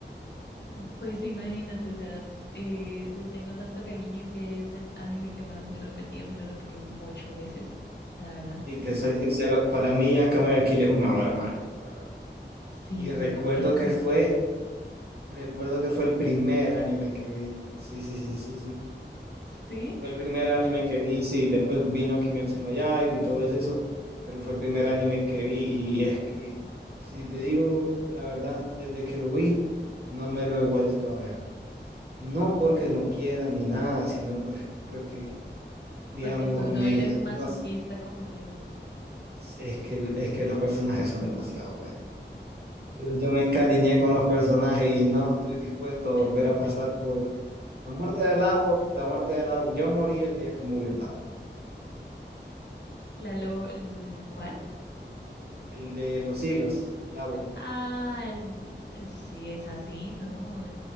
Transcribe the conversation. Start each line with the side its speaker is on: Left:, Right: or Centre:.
Left: Pues imagínate, o sea, eh, le tengo tanto cariño que es el anime que más me he repetido, me lo repitió como ocho veces, la verdad.
Right: Y te soy sincero, para mí a Kame ga Kill es una obra maestra. la verdad.
Left: Sí,
Right: Y
Left: buenísimo.
Right: recuerdo que fue, recuerdo que fue el primer anime que vi. Sí, sí, sí, sí, sí.
Left: ¿Sí?
Right: Fue el primer anime que vi, sí. Después vino Kimetsu no Yaiba y todo eso, pero fue el primer anime que vi. Y es que, si te digo la verdad, desde que lo vi, no me lo he vuelto a ver. No porque no quiera ni nada, sino pues porque, digamos,
Left: Porque tú
Right: me,
Left: no eres masoquista
Right: no s-
Left: como yo.
Right: es que, es que los personajes son demasiado buenos. Yo, yo me encariñé con los personajes y no estoy dispuesto a volver
Left: <laughs>
Right: a pasar por la muerte de Lavo, la muerte de Lavo. Yo morí el día que murió Lavo, ¿verdad?
Left: La lo, el- ¿cuál?
Right: El de los hilos, Lavo.
Left: Ah, el- sí es así, ¿no?